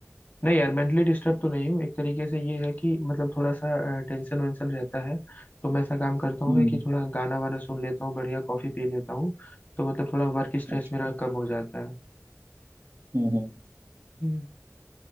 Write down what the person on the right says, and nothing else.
हम्म
अच्छा
हम्म हम्म